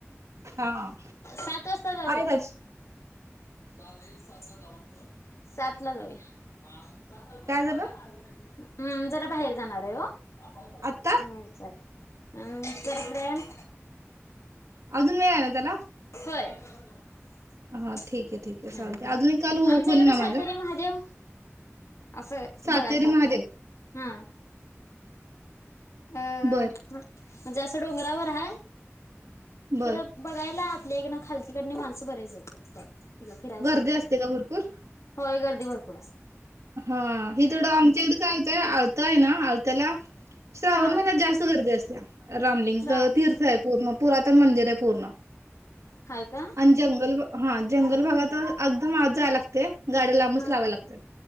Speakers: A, on the right; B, on the left.
A: हा
B: सात वाजता जावी
A: आहे राज
B: ला जा चा सात ला जाऊया सम
A: काय झालं
B: प आर्गमेट हम्म जरा बाहेर जाणार आहे हो हम्
A: आत्ता
B: विचारले अम् करत्रन
A: अजून वेळ आहे ना त्याला
B: तर हम्म
A: हा ठीक आहे ठीक आहे चालते
B: हम्म
A: अजून एक काल हो
B: आमच्या
A: होईल
B: इकडे
A: ना
B: सातेरी
A: माझा
B: महादेव असं
A: सातेरी
B: बघायसारख
A: महादेव
B: हा अ
A: बरं
B: म्हण- म्हणजे असं डोंगरावर हा
A: बर
B: खरं बघायला आपल्या एक खालतीकडने माणसं बरयच येतात फिरासाठी
A: गर्दी असते का भरपूर
B: होय गर्दी ार प
A: हा हिथडं आमच्या इथ काय येतय आर्ता आहे ना आ तला श्रावण
B: हा
A: महिन्यात जास्त गर्दी असते <unintelligible> रामलिंग
B: श्रा
A: तर तीर्थ आहे पूर्ण पुरातन मंदिर आहे पूर्ण.
B: हाय का
A: आणि जंगल हा जंगल भागात.
B: हम्म
A: माव जायला ते गाडी लांबच
B: हा
A: लावाव लागतात.